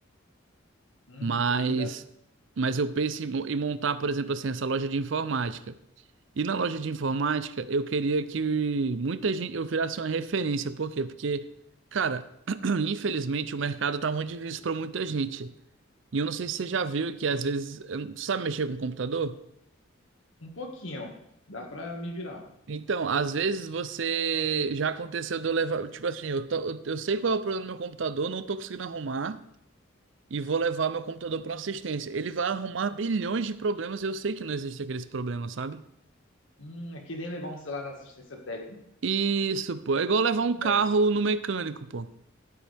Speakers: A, on the left; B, on the right.
A: Hum,
B: mas
A: comida
B: mas eu penso em, mo- em montar, por exemplo, assim, essa loja de informática. E na loja de informática, eu queria que muita gente eu virasse uma referência, por quê? Porque, cara, <clears throat> infelizmente o mercado tá muito difícil para muita gente. E eu não sei se você já viu que às vezes, eu não- sabe mexer com computador?
A: Um pouquinho, dá pra me virar.
B: Então, às vezes você já aconteceu de eu levar, tipo assim, eu, tô- eu eu sei qual é o problema do meu computador, não tô conseguindo arrumar. e vou levar meu computador para uma assistência. Ele vai arrumar bilhões de problemas e eu sei que não existe aqueles problemas, sabe?
A: Hum, é que nem levar um celular na assistência técnica,
B: Isso, pô. É igual levar um
A: né?
B: carro no mecânico, pô.